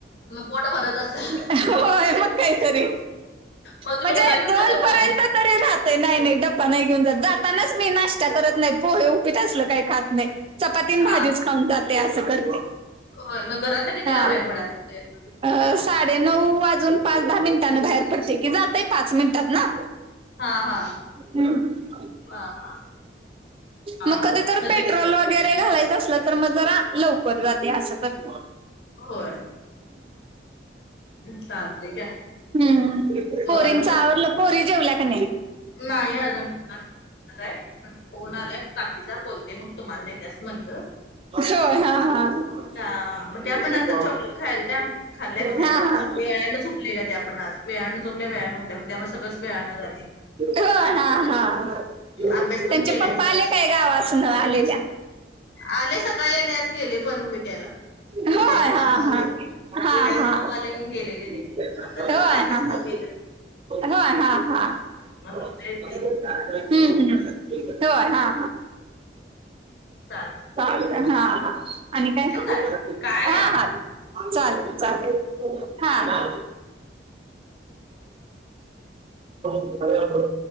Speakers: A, on the left; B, on the right.
A: मग पोट भरत असेल.
B: होय मग काहीतरी
A: मग
B: म्हणजे
A: तुम्ही डबा घेऊन
B: दोन
A: जाताय
B: पर्यंत
A: काय?
B: तरी ना. नाही डब्बा नाही घेऊन जात जातानाच मी नाश्ता करत नाही पोहे उपीत असल काही खात नाही. चपातीन
A: हा
B: भाजीच खाऊन जाते असं करते.
A: होय मग घरात ना कितीिला
B: हा
A: बाहेर पडाय लागते.
B: अ साडेनऊ वाजून पाच दहा मिनिटांने बाहेर पडते की जातय पाच मिनिटात ना.
A: हा हा.
B: हा.
A: हा हा हा
B: मग कधी तर
A: म्हणजे
B: पेट्रोल घालायचं असल तर मग जरा लवकर जाते असं करत.
A: हो. चालते काय
B: हम्म
A: बर
B: पोरींच
A: बर.
B: आवरलं पोरी जेवल्यात. त्यां
A: नाही अजून काय फोन आलाय काकीचा बोलते मग तुम्हाला देतस म्हणत.
B: होय हा हा.
A: का म्हण
B: हा
A: ते आपण आता चॉकलेट खायला त्या खाल्ल्यात खायातता
B: हा
A: वेळने लेल्या त्या आपण आज वेळाानं जोगल्या वेळानें उकल्याग त्यामुळे सगळंच वेळानं झाले.
B: हो हा हा त्यांच्या
A: अभ्यास पण केला
B: पप्पा
A: नाहीत
B: आले
A: आज
B: काय गावासून आलेल्या
A: आले सकाळी येने आज गेले पण विट्याला
B: होय
A: विट्याच काम
B: हा
A: आले.
B: हा हा
A: विट्याच
B: हा
A: काम आले म्हण गेले ग
B: होय
A: आता पाच वाजता
B: हा हा
A: गेलं.
B: होय हा हा
A: म
B: हम्म
A: येत.
B: हम्म हम् होय हा.
A: चालतंय
B: ल हा आणि काय?
A: ठेवू काय
B: हा
A: नाही बघा
B: हा चालेल चालेल हा. अ.